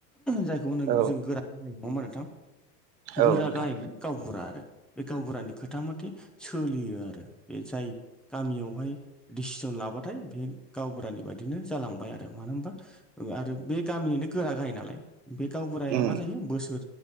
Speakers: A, in the centre; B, on the right (about 80°).
A: जायखौ होन
B: औ
A: जों गोरा गाहाय नंङा होमा नोंथां? गोरा
B: औ नोंथां
A: गाहायमोन। गावबुरा आरो बे गावबुरानि खोथा मथे सोलियो आरो बे जाय गामियावहाय दिडसिसन लाबाथाय बे गावबुरानि बायदिनो जालांबाय आरो मानो होनबा ओ आरो बे गामिनिनो गोरा गाय नालाय बे गावबुराया
B: उम
A: मा जायो बोसोर